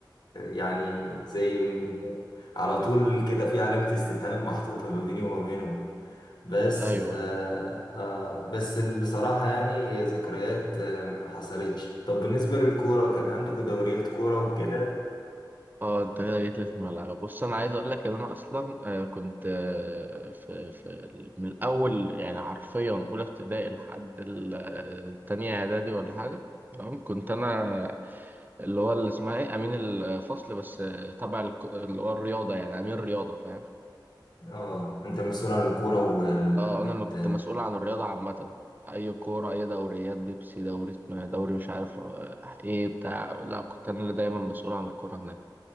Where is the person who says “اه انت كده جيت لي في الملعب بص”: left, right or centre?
Right